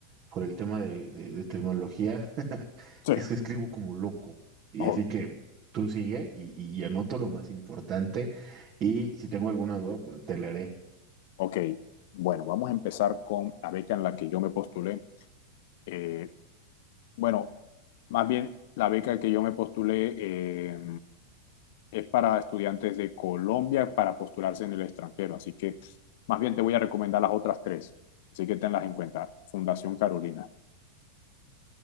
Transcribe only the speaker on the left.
sí,
oh,
ok. Bueno, vamos a empezar con la beca en la que yo me postulé. Eh, bueno, más bien la beca que yo me postulé eh, es para estudiantes de Colombia para postularse en el extranjero. Así que más bien te voy a recomendar las otras tres. Así que tenlas en cuenta. Fundación Carolina.